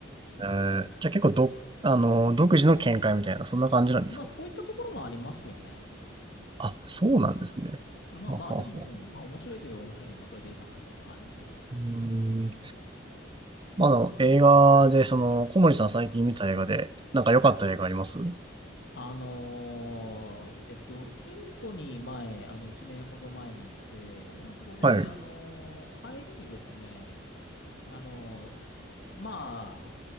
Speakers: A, on the right; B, on the left.
A: う。えー、じゃあ結構ど、あの、独自の見解みたいな、そんな感じなんですか
B: <laughs> まあ、そういったところもありますよね。
A: あ、そうなんですね。
B: あ、まあまあ、
A: あははは。
B: でも、うん、まあ、面白いといえば面白いので、まあ、それでいいかな、みたいな感じですけど。
A: うーん。まあ、あの、映画で、その、小森さん最近見た映画で、なんか良かった映画あります
B: あのーえっと、インドに前、あの、1年ほど前に行って、で、まあ、そこで、
A: はい。
B: あのー帰りにですね、あのーまあ、